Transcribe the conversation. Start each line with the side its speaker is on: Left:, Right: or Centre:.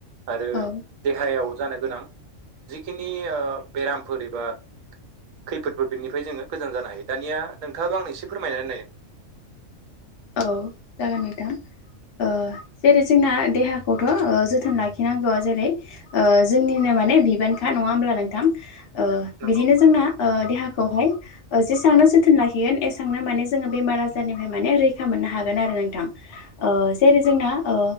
Right: आरो
Left: औ
Right: देहायाव जानो गोनां जिखिनि बेरामफोर एबा खैफोदफोर बेनिफ्राय जोङो गोजान जानो हायो दानिया नोंथाङाबो आं एसे फोरमायनानै नायो
Left: औ जागोन नोंथां ओ जेरै जोंना देहाखौथ' जोथोन लाखिनांगौ जेरै ओ जोंनिनो माने बिबानखा नङा होमब्ला नोंथां? ओ
Right: नंगौ
Left: बिदिनो
Right: नंगौ
Left: जोंना ओ देहाखौहाय जेसेांनो ओ जोथोन लाखिगोन एसेबांनो माने जोङो बेमार आारनिफ्राय मान रैखा मोननो हागोन आरो नोंथां ओ जेरै जोंना ओ